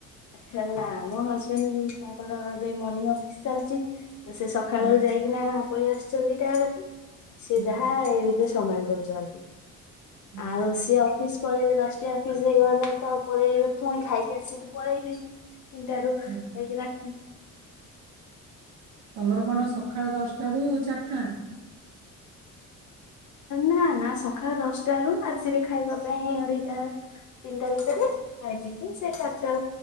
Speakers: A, on the left (about 55°); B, on the right (about 80°).
A: ହେଲା ମୋ ହଜବେଣ୍ଡ ଉ-ଉ ତାଙ୍କର ଏବେ ମର୍ଣିଂ ଅଫିସ ଚାଲିଛି। ତ ସେ ସକାଳ
B: ହଁ,
A: ବଳେ ଯାଇକିନା ପଳେଇ ଆସୁଛନ୍ତି ତା ବେଳକୁ। ସେ
B: ହୁଁ,
A: ଯାହା ଇ ସମ୍ଭାଳି ଦଉଚନ୍ତି।
B: ହୁଁ,
A: ଆଉ ସେ ଅଫିସ୍ ପଳେଇଲେ ଦଶଟା ଅଫିସ ହେଇଗଲେ ତ ପଳେଇବେ ପୁଣି ଖାଇକି ଆସିକି ପଳେଇବେ। ତିନି ଟାରୁ
B: ହୁଁ।
A: ଯାଇକି ରାତି
B: ତମର କଣ ସକାଳ ଦଶଟା ରୁ ଚାରିଟା?
A: ନା ନା ସକାଳ ଦଶଟା ରୁ ଆସିବେ ଖାଇବା ପାଇଁ ଅଢେଇଟା ତିନିଟା ଭିତରେ ଖାଇପିଇକି ସେ ଚାରିଟା